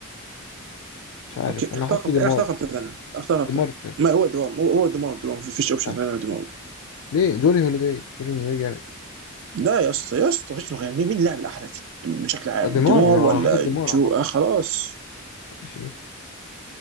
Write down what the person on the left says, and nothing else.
مش عارف
انا
هحط
ديمار
ديمار
التالت
آه.
ليه جولي هوليداي جولي هوليداي جامد
آه، ديمار
انا
انا حاطط ديمار عامه
ماشي